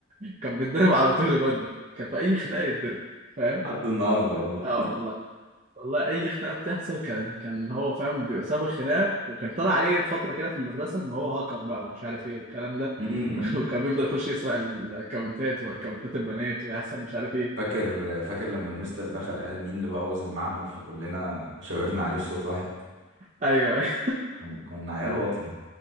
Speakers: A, on the right; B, on the right.
A: <laughs> كان بيتضرب على طول الواد ده كان في اي خناقه يتضرب فاهم
B: لحد النهاردة والله
A: اه والله والله اي خناقه بتحصل كان كان هو فاهم بيبقى سبب الخناقه وكان طلع عليه فتره كده في المدرسه ان هو هاكر بقى ومش عارف ايه والكلام ده
B: امم امم.
A: <laughs> وكان بيفضل يخش يسرق الاكونتات واكونتات البنات ويحصل مش عارف ايه
B: فاكر فاكر لما المستر دخل قال مين اللي بوظ المعمل فكلنا شاورنا عليه في صوت واحد
A: ايوه أيوه.
B: كن- كنا عيال واطية